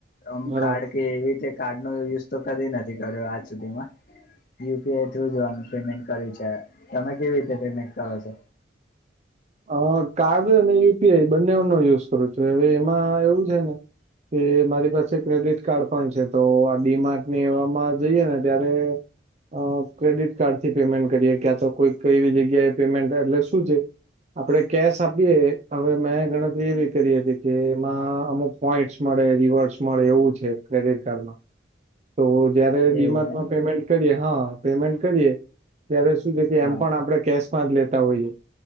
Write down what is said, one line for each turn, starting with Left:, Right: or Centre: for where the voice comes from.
Left: આમ
Right: બરાબર
Left: કાર્ડ કે એવી રીતે કાર્ડ ન યુઝ તો કદી નથી કર્યો આજ સુધીમાં, યુ પી આ થ્રુ જોવાનું પેમેન્ટ કર્યું છે, તમે કેવી રીતે પેમેન્ટ કરો છો?
Right: હ કાર્ડ અને યુપીઆઈ બંને નો યુઝ કરું છું હવે એમાં એવું છે ને કે મારી પાસે ક્રેડિટ કાર્ડ પણ છે તો આ ડી માર્ટ ની એવામાં જોઈએ ને ત્યારે અ ક્રેડિટ કાર્ડ થી પેમેન્ટ કરીએ ક્યાં તો કોઈ કઈવી જગ્યાએ એ પેમેન્ટ એટલે શું છે. આપડે કેશ આપીએ હવે મેં ગણતરી એવી કરી હતી કે એમાં અમુક પોઈન્ટસ મળે રિવર્સ મળે એવું છે ક્રેડિટ કાર્ડમાં. તો જયારે ડીમાટમાં
Left: એવું એમ
Right: પેમેન્ટ કરીએ હા પેમેન્ટ કરીએ. ત્યારે શું છે કે
Left: હા
Right: એમ પણ આપણે કેશમાં જ લેતા હોઈએ